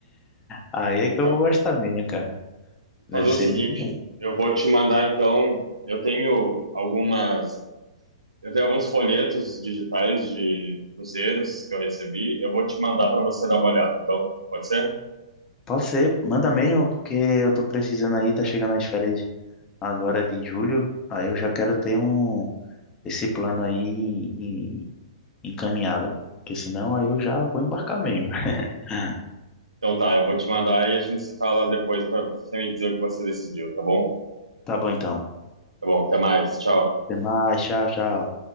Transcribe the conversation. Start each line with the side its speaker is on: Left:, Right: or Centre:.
Left: Aí é que
Right: Fa-
Left: eu vou gostar mesmo, cara. Deve
Right: Fazer
Left: ser
Right: o seguinte,
Left: muito bom.
Right: eu vou te mandar então, eu tenho algumas, eu tenho alguns folhetos digitais de cruzeiros que eu recebi, eu vou te mandar para você dar uma olhada. Então, pode ser?
Left: Pode ser, manda mesmo, porque eu tô precisando aí, tá chegando as férias agora de julho. Aí eu já quero ter um esse plano aí em- encaminhado. Porque senão aí eu já vou embarcar mesmo. <laughs>
Right: Então tá, eu vou te mandar e a gente se fala depois para você me dizer o que você decidiu, tá bom?
Left: Tá bom então.
Right: Tá bom, até mais, tchau.
Left: Até mais, tchau, tchau.